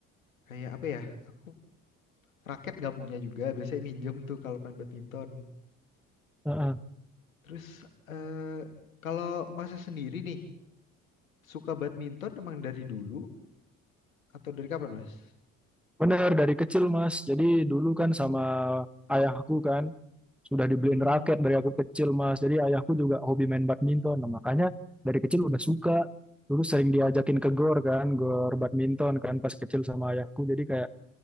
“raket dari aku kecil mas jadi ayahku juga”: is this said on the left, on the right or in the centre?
Centre